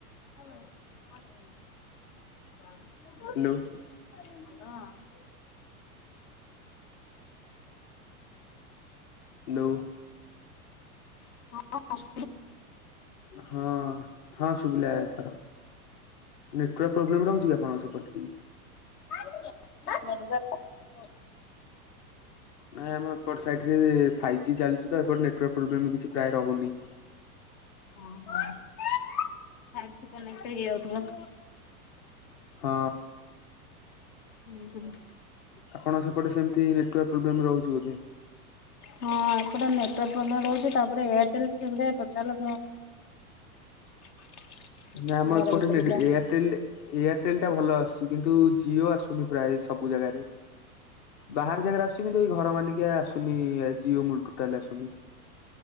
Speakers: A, on the left (about 70°); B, on the left (about 50°).
A: <inaudible>
B: ହ୍ୟାଲୋ।
A: <inaudible>
B: ହ୍ୟାଲୋ।
A: <unintelligible>
B: ହଁ ହଁ ସୁବିଲା ଏଥର। ନେଟୱାର୍କ ପ୍ରୋବଲେମ୍ ରହୁଛି ଆପଣ ଙ୍କ ସେପଟେ ଟିକେ।
A: <inaudible>
B: ନାଇଁ ଆମ ଏପଟ ସାଇଡରେ ଫାଇଭ୍ ଜି ଚାଲଛି ତ ଏପଟେ ନେଟୱାର୍କ ପ୍ରୋବ୍ଲେମ୍ କିଛି ପ୍ରାୟ ରହୁନି।
A: ଓ ହୋ ଫାଇବ ଜି କନକ୍ଟେ ହେଇଯାଉଥିବ।
B: ହଁ।
A: ହୁଁ ହୁଁ।
B: ଆପଣ ସେପଟେ ସେମିତି ନେଟୱାର୍କ ପ୍ରୋବ୍ଲେମ୍ ରହୁଚି ବୋଧେ।
A: ହଁ ଏପଟେ ନେଟ ୱାର୍କ ପ୍ରୋବ୍ଲେମ୍ ରହୁଚି ତାପରେ ଏୟାରଟେଲ ସିମ୍ ରେ ଟୋଟାଲ <unintelligible> <unintelligible>
B: ଆମ
A: ଘର
B: ଏପଟେ
A: ଭିତରେ
B: <unintelligible>
A: ଯା
B: ଏୟାରଟେଲ ଏୟାରଟେଲ ଟା ଭଲ ଆସୁଛି କିନ୍ତୁ ଜିଓ ଆସୁନି ପ୍ରାୟ ସବୁ ଜାଗାରେ। ବାହାର ଜାଗାରେ ଆସୁଛି କିନ୍ତୁ ଏଇ ଘର ମାନିକିଆ ଆସୁନି ଜିଓ ମୁଲୁଠୁ କାଲି ଆସୁନି।